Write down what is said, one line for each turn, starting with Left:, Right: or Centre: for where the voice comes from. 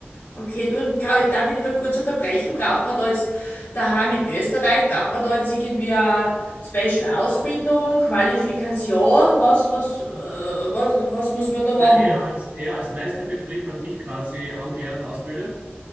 Left: Okay, du, und kann darf ich dich da kurz unterbrechen? Braucht man da jetzt daheim in Österreich, braucht man da jetzt irgendwie eine Special-Ausbildung, Qualifikation? Was, was, äh, was, was muss man da machen?
Right: Na, er als, er als Meisterbetrieb hat mich quasi angelernt, ausgebildet.